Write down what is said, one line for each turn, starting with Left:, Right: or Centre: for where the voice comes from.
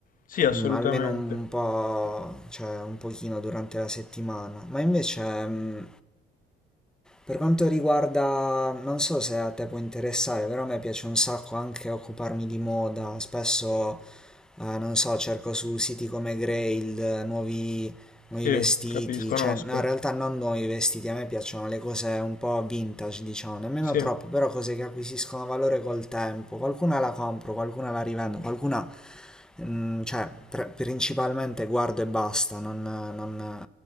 Left: sì, assolutamente.
Centre: mm, almeno un po', cioè un pochino durante la settimana. Ma invece, mm, per quanto riguarda, non so se a te può interessare, però a me piace un sacco anche occuparmi di moda. Spesso, eh, non so, cerco su siti come Grail, eh, nuovi, nuovi
Left: Sì,
Centre: vestiti,
Left: capisco, conosco.
Centre: cioè no, in realtà non nuovi vestiti, a me piacciono le cose un po' vintage, diciamo, nemmeno
Left: Sì.
Centre: troppo, però cose che acquisiscono valore col tempo. Qualcuna la compro, qualcuna la rivendo, qualcuna, mm, cioè, pr- principalmente guardo e basta, non, non,